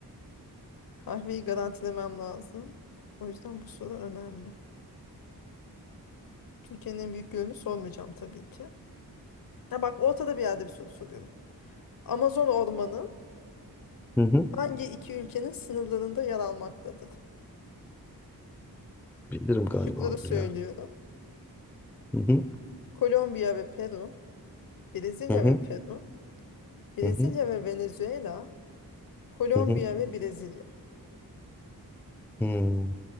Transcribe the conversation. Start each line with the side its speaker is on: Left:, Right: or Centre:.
Left: kahveyi garantilemem lazım. O yüzden bu soru önemli. Türkiye'nin en büyük gölünü sormayacağım tabii ki. Ha bak ortada bir yerde bir soru soruyorum. Amazon ormanı
Centre: Hı hı.
Left: hangi iki ülkenin sınırlarında yer almaktadır?
Centre: Bilirim galiba
Left: Şıkları
Centre: bunu
Left: söylüyorum.
Centre: ya. Hı hı.
Left: Kolombiya ve Peru, Brezilya
Centre: Hı hı.
Left: ve Peru, Brezilya
Centre: Hı hı.
Left: ve Venezuela, Kolombiya
Centre: Hı hı.
Left: ve Brezilya.
Centre: Hmm.